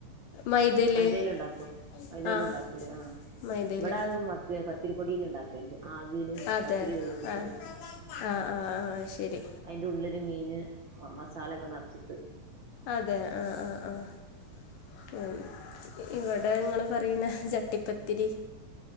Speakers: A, on the left; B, on the right.
A: മൈദയില്
B: മൈദയിലുണ്ടാക്കോ മൈദയിലും
A: ആഹ്
B: ഉണ്ടാക്കൂല്ലേ ആഹ്
A: മൈദയില്
B: ഇവിടെ അത് മത്ത് പ പത്തിരിപൊടീല് ഇണ്ടാ ക്കൽ ണ്ട് ആവില്
A: അതെ
B: പത്തിരി വേച്ചിട്ടെ
A: ആഹ് ആഹ് ആഹ് ആഹ് ശരി
B: അയ്ന്റെ ഉള്ളില് മീൻ ന് ആ മസാലൊക്കെ നെർച്ചിട്ട്
A: അതെ ആഹ് ആഹ് ആഹ് ഉം ഇവിടെ ങ്ങള് പറയ്ന്ന ചട്ടിപ്പത്തിരി